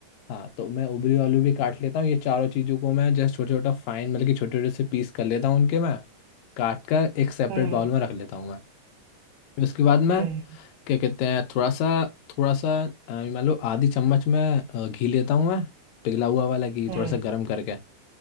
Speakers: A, on the left; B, on the right.
A: हाँ तो मैं उबले हुए आलू भी काट लेता हूँ ये चारों चीज़ों को मैं जस्ट छोटे छोटा फाइन मतलब कि छोटे छोटे से पीस कर लेता हूँ उनके मैं काट कर एक सेपरेट
B: हम्म
A: बाउल में रख लेता हूँ मैं फिर उसके बाद मैं
B: हम्म
A: क्या कहते हैं थोड़ा सा थोड़ा सा अ, मान लो आधी चम्मच में अ, घी लेता हूँ मैं पिघला हुआ वाला घी
B: हम्म
A: थोड़ा सा गर्म करके